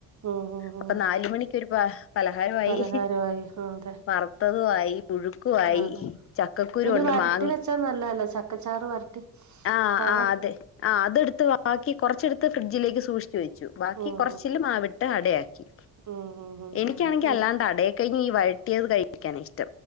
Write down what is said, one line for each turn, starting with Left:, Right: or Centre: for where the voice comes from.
Right: ഉം ഉം
Left: അപ്പൊ
Right: ഉം
Left: നാല് മണിക്കൊരു പ പലഹാരവായി
Right: പലഹാരമായി
Left: ഇ ഹി
Right: ആഹ് അതെ
Left: വറുത്തതു ആയി പുഴുക്കുവായി
Right: ആഹ്
Left: ചക്കക്കുരുണ്ട്
Right: പിന്നെ വരട്ടി
Left: മാങ്ങ
Right: വെച്ചാ നല്ലതല്ലേ ചക്കച്ചാറ് വരട്ടി
Left: ആ
Right: പഴം
Left: ആത് ആ അത് ട്ത്ത് ബാക്കി കൊറച്ചെടുത്ത് ഫ്രിഡ്ജിലേക്ക് സൂക്ഷിച്ചു വെ ബാക്കി
Right: ഉം
Left: കൊറച്ചില് മാവിട്ട് അടയാക്കി
Right: ഉം ഉം ഉം ഉം
Left: എനിക്കാണെങ്കി
Right: ഉം ഉം
Left: അല്ലാണ്ട അടയ് കയിഞ്ഞി ഈ വഴട്ടിയത് കഴിക്കാനായിഷ്ടം